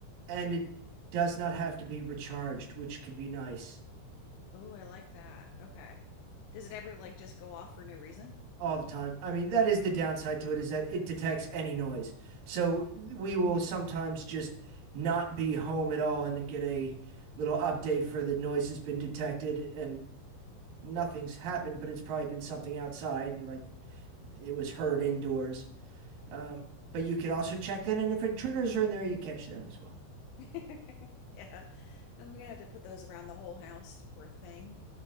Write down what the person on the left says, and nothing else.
Oh, I like that. Okay. Does it ever like just go off for no reason?
<laughs> Yeah. I'm gonna have to put those around the whole house, poor thing.